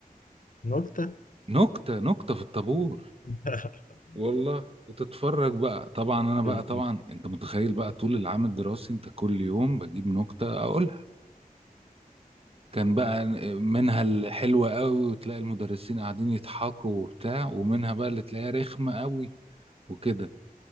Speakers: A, on the left; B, on the right.
A: نكتة
B: ونكته نكته في الطابور
A: <laughs>
B: والله وتتفرج بقى طبعا انا بقى
A: مم.
B: طبعا انت متخيل بقى طول العام الدراسي انت كل يوم بجيب نكته اقولها كان بقى منها الحلوة قوي وتلاقي المدرسين قاعدين يضحكوا وبتاع ومنها بقى اللي تلاقيها رخمة قوي وكده